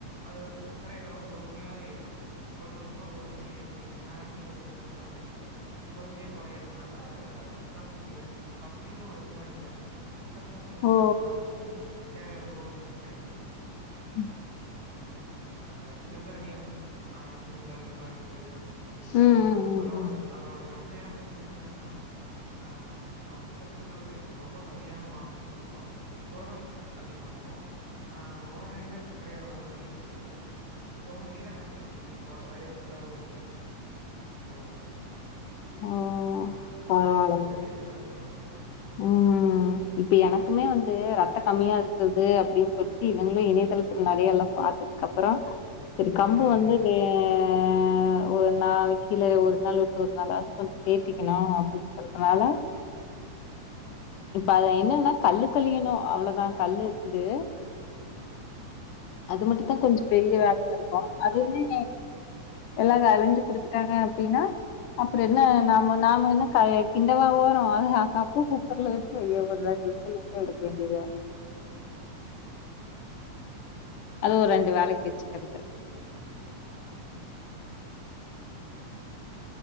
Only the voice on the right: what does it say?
அது வந்து சர்க்கர அளவ பொறுமையாதா ஏத்து கொஞ்ச கொஞ்சமா பொறுமய ஏத்தி ரொம்ப நேரத்துக்கு வெய்த்த ஃபுல்லா வைக் ச்சு பொறுமையா குறயறதுனால நமக்கு பசியு அதிகமா எடுக்காது பிளஸ் வந்து
உடம்புக்கு தேவயான ப்ரோட்டீன்ஸ் கெடைக்கு
அந்த சிறுதானியம் ஆ சுண்டல் பருப்பு
அத வாங்க
அதோட
அதோட நன்மயான விஷயமே என்னன்னா அ மத்த சத்துக்களு கெடைக்கு ரொம்ப கம்மியான மாவுசத்து இருக்கு புரதோம் அதிகமா இருக்கும் ஆ உடனடியா சர்க்கரை அளவ அதிகப்படுத்தாது ரொம்ப நீண்ட நேரத்துக்கி ஓட வயிற ஃபுல்லா வச் சுக்கு ஓ
ஆன
அனால அந்த மாரி எடுத்துக்க ரொம்ப நல்லது ம்
ம், ம்,
ம்.